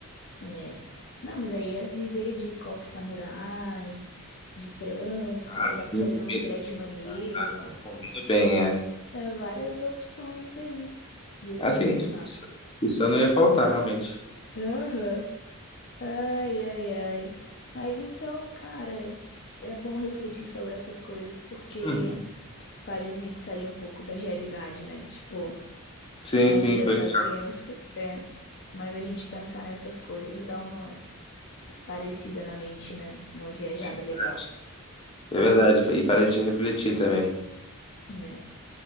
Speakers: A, on the left; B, on the left.
A: É. Não, mas aí ia viver de coque samurai, de trança,
B: Ah,
A: ia
B: sim,
A: dar pra fazer
B: combina,
A: uns dread maneiro,
B: ah, ah,
A: ó.
B: combina bem, é.
A: É, várias opções aí. Ia
B: Assim,
A: ser muito
B: o
A: massa.
B: pessoal não ia faltar, realmente.
A: Aham. Ai, ai, ai. Mas então, cara, é bom refletir sobre essas coisas porque
B: Uhum.
A: faz a gente sair um pouco da realidade, né? Tipo,
B: Sim,
A: a
B: sim,
A: vida
B: foi
A: tá
B: legal.
A: tensa, é, mas a gente pensar nessas coisas dá uma esparecida na mente, né? Uma viajada
B: É verdade.
A: legal,
B: É verdade. E faz a gente refletir também.
A: né?